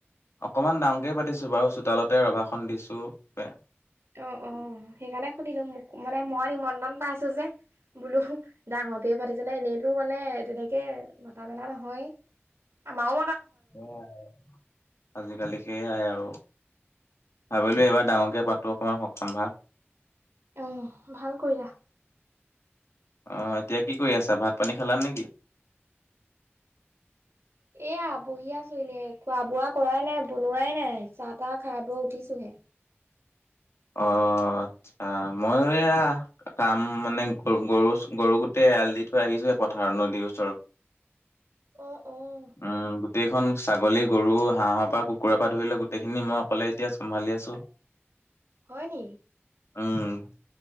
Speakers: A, on the left; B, on the right.
A: অকমান ডাঙৰকে পাতিছো। বাৰু চোতালতে ৰভা খন দিছো, প্ৰে
B: অ অ সেইকাৰণে সুধিলো মোক মানে মই নিমন্ত্ৰণ পাইছো যে। বোলো ডাঙৰকে পাতিছানে এনেইতো মানে তেনেকে মতা মেলা নহয়। আমাওঁ
A: সেয়াই আজিকালি সেইয়াই আৰু। ভাবিলো এইবাৰ ডাঙৰকে পাতো অকমান সকাম ভাগ।
B: অঁ ভাল কৰিলা।
A: অহ, এতিয়া কি কৰি আছা? ভাত পানী খালা নে কি?
B: এয়া বহি আছো এনেই। খোৱা-বোৱা কৰাই নাই। বনোৱাই নাই। চাহ-তাহ খাই বই উঠিছোহে।
A: অ, আচ্ছা। মইও এইয়া কাম মানে গ-গৰু-গৰু গোটেই এৰাল দি থৈ আহিছোহে পথাৰত, নদী ওচৰত।
B: অ', অ',
A: ও। গোটেইখন ছাগলী, গৰু, হাঁহৰ পৰা কুকুৰাৰ পৰা ধৰি ল গোটেইখিনি মই অকলে এতিয়া চম্ভালি আছো। <inaudible>
B: হয় নি?
A: উম,